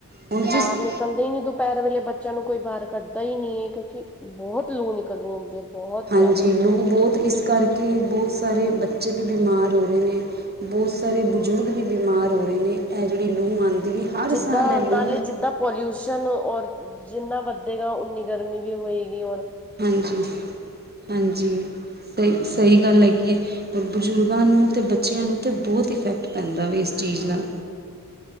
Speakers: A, on the right (about 30°); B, in the centre.
A: ਹੁਣ
B: ਬਾਹਰ
A: ਜਿਸ
B: ਨਿਕਲ ਘੱਲਦੇ ਹੀ ਨੀ ਦੁਪਹਿਰ ਵੇਲੇ ਬੱਚਿਆਂ ਨੂੰ ਕੋਈ ਬਾਹਰ ਕੱਢਦਾ ਹੀ ਨੀ ਹੈ, ਕਿਉਂਕਿ ਬਹੁਤ ਲੂ ਨਿਕਲ ਰਹੀ ਹੁੰਦੀ ਹੈ। ਬਹੁਤ
A: ਹਾਂਜੀ,
B: ਜ਼ਿਆਦਾ
A: ਲੂ ਬਹੁਤ ਇਸ ਕਰਕੇ ਬਹੁਤ ਸਾਰੇ ਬੱਚੇ ਵੀ ਬਿਮਾਰ ਹੋ ਰਹੇ ਨੇ। ਬਹੁਤ ਸਾਰੇ ਬਜ਼ੁਰਗ ਵੀ ਬਿਮਾਰ ਹੋ ਰਹੇ ਨੇ, ਇਹ ਜਿਹੜੀ ਲੂ ਆਉਂਦੀ ਹੈ ਹਰ
B: ਜਿੱਦਾਂ
A: ਸਾਲ ਇਹ
B: ਨਾਲੇ
A: ਲੂ
B: ਜਿੱਦਾਂ ਪੋਲਿਊਸ਼ਨ ਔਰ ਜਿੰਨਾ ਵ ਵਧਗਾ, ਓਨੀ ਗਰਮੀ ਵੀ ਹੋਏਗੀ। <inaudible>
A: ਹਾਂਜੀ ਹਾਂਜੀ ਸਹੀ ਸਹੀ ਗੱਲ ਹੈਗੀ ਹੈ। ਔਰ ਬਜ਼ੁਰਗਾਂ ਨੂੰ ਅਤੇ ਬੱਚਿਆਂ ਨੂੰ ਤਾਂ ਬਹੁਤ ਇਫੈਕਟ ਪੈਂਦਾ ਵਾ ਇਸ ਚੀਜ਼ ਨਾਲ।